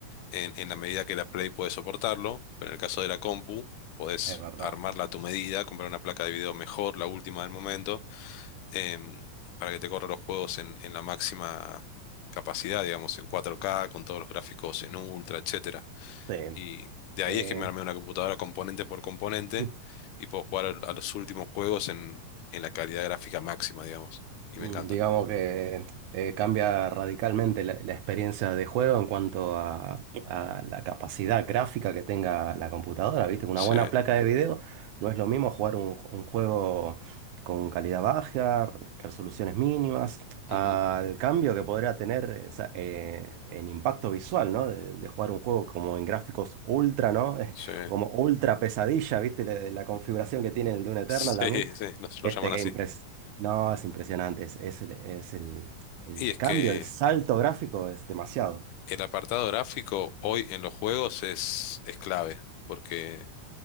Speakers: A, on the left; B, on the right.
A: en, en la medida que la Play puede soportarlo, pero en el caso de la compu, podés
B: es verdad.
A: armarla a tu medida, comprar una placa de video mejor, la última del momento, em, para que te corra los juegos en, en la máxima capacidad, digamos, en 4K, con todos los gráficos en ultra, etcétera.
B: Sí.
A: Y de
B: Eh,
A: ahí es que me armé una computadora componente por componente
B: <laughs>
A: y puedo jugar al- a, los últimos juegos en, en la calidad gráfica máxima, digamos. Y
B: mm,
A: me encanta.
B: digamos que eh, cambia radicalmente la, la experiencia de juego en cuanto a, a la capacidad gráfica que tenga la computadora, ¿viste? Una
A: Sí,
B: buena placa de video no es lo mismo jugar un, un juego con calidad baja, resoluciones mínimas, al
A: ujú,
B: cambio que podría tener eh, o sea, eh, en impacto visual, ¿no? De, de jugar un juego como en gráficos ultra, ¿no?
A: sí,
B: <laughs> Como ultra pesadilla, ¿viste? La, la configuración que tiene el Dune
A: <laughs>
B: Eternal
A: sí,
B: también
A: sí, nos lo
B: este
A: llaman
B: Game
A: así.
B: Press. No, es impresionante. Es, es el, es el- el
A: Y es
B: cambio,
A: que
B: el salto gráfico es demasiado.
A: el apartado gráfico hoy en los juegos es, es clave, porque